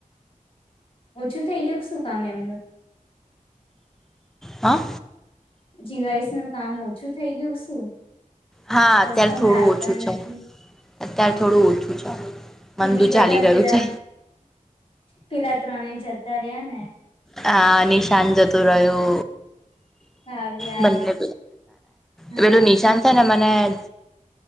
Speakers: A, on the left; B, in the centre.
A: ઓછું થઇ ગયું શું કામ એમનું.
B: હા.
A: જીવાઈસ નું કામ ઓછું થઈ ગયું શું.
B: હા
A: કસ્ટમર
B: અત્યારે થોડું
A: આવતા
B: ઓછું
A: નથી
B: છે. અત્યારે થોડું ઓછું છે
A: એ
B: મંદુ
A: બી બધા
B: ચાલી રહ્યું
A: પેલા
B: છે.
A: પેલા ત્રણે જતા રહ્યા ને.
B: હા નિશાન જતો રહ્યો.
A: કાવ્યા
B: બનને
A: હા
B: તોલો નિશાન- છેને મને-